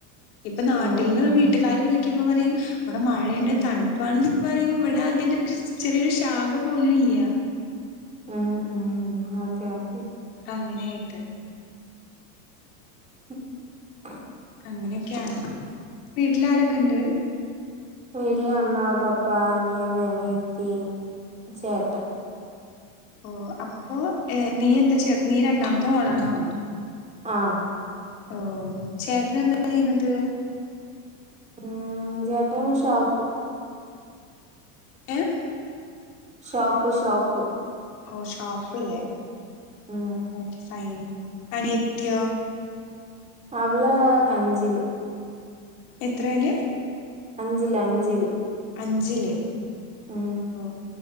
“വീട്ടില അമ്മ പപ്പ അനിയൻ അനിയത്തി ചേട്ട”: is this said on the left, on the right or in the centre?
Right